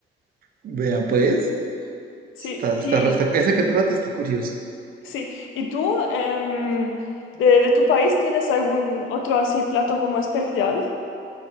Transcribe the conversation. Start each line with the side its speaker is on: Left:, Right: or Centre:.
Right: Vea, pues,
Left: Sí,
Right: está, está,
Left: y
Right: re- está- ese que trata está curioso.
Left: sí. ¿Y tú, em, de, de tu país, tienes algún otro así plato como especial?